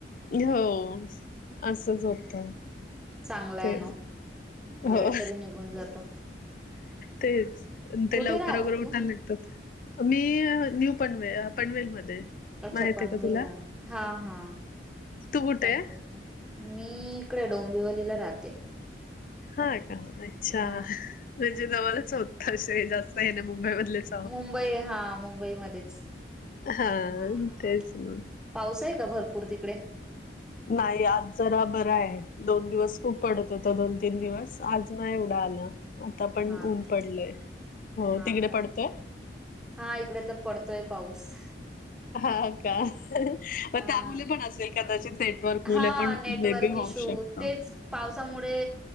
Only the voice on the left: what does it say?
हो असंच
होतं
ते
हो
तेच
ते लवकर
वगैरे उठाले
तुम्ही न्यू पनवेल, पनवेल मध्ये
माहित
आहे का तुला
तू कुठे
आहे?
हा का अच्छा
म्हणजे जवला चौथाशय जास्त आहे ना मुंबईमधलेच
हा
तेच ना
नाही आज जरा बरा आहे दोन दिवस खूप पडत होता दोन, तीन दिवस आज नाही एवढा आला आता पण
ऊन
पडलंय हो
तिकडे
पडतय
हा का मग
त्या मु पण असेल कदाचित नेटवर्क मुले
पण
मे बी होऊ
शकतं.